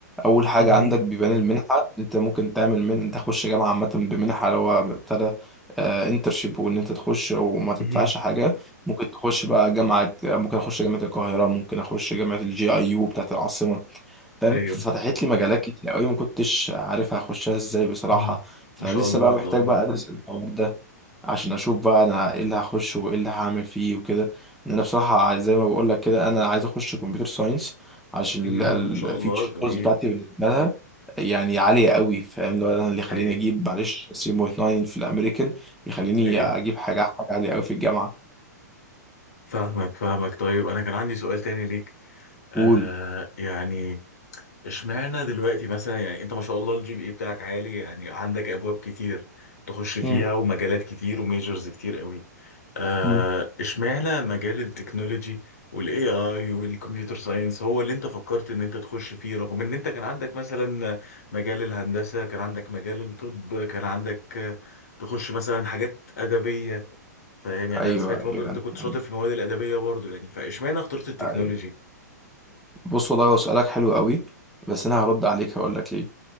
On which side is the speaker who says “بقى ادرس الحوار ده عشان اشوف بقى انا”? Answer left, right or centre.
Centre